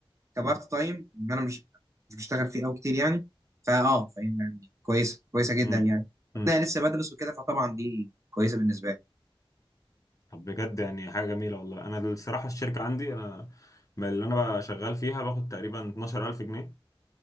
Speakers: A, on the right; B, on the left.
A: كبارت تايم ان انا مش مش بشتغل فيه قوي كتير يعني فاه فاهم يعني كويسه كويسه جدا
B: امم
A: يعني
B: امم
A: انا لسه بدرس وكده فطبعا دي كويسه بالنسبه لي
B: طب بجد يعني حاجه جميله والله انا الصراحه الشركه عندي انا ما اللي انا بقى شغال فيها باخد تقريبا 12000 جنيه